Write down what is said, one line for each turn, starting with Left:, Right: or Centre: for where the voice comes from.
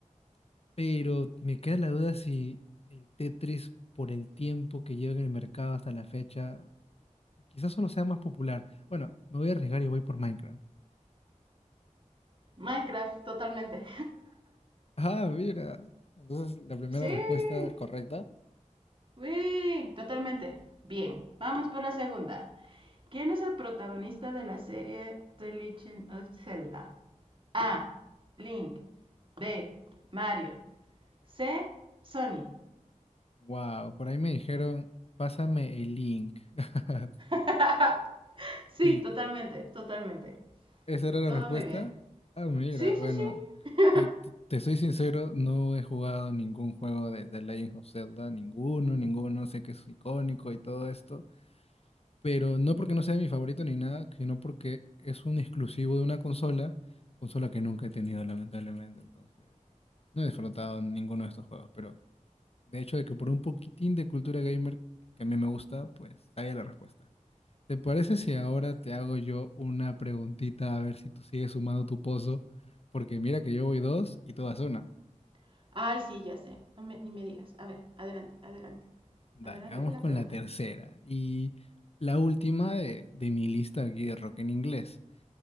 Left: Pero me queda la duda si el Tetris, por el tiempo que lleva en el mercado hasta la fecha, quizás solo sea más popular. Bueno, me voy a arriesgar y voy por Minecraft.
Right: Minecraft, totalmente.
Left: Ah, mira. Entonces, la primera
Right: <laughs> sí.
Left: respuesta correcta.
Right: Uy, totalmente. Bien, vamos por la segunda. ¿Quién es el protagonista de la serie The Legend of Zelda? A. Link. B. Mario. C. Sony.
Left: Wow, por ahí me dijeron, pásame el link. <laughs>
Right: <laughs> sí,
Left: ¿Y
Right: totalmente, totalmente.
Left: esa era la
Right: Todo
Left: respuesta?
Right: muy bien.
Left: Ah, mira,
Right: Sí, sí,
Left: bueno,
Right: sí.
Left: te, te- te soy sincero, no he jugado ningún juego de, de Legend of Zelda, ninguno, ninguno, sé que es icónico y todo esto, pero no porque no sea mi favorito ni nada, sino porque es un exclusivo de una consola, consola que nunca he tenido lamentablemente, entonces no he disfrutado ninguno de estos juegos, pero de hecho de que por un poquitín de cultura gamer que a mí me gusta, pues sabía la respuesta. ¿Te parece si ahora te hago yo una preguntita a ver si tú sigues sumando tu pozo? Porque mira que yo voy dos y tú vas una.
Right: <laughs> Ay, sí, ya sé. No me- ni me digas. A ver, adelante, adelante.
Left: Dale,
Right: Adelante
Left: vamos
Right: con la
Left: con
Right: pregunta.
Left: la tercera y la última de, de mi lista aquí de rock en inglés.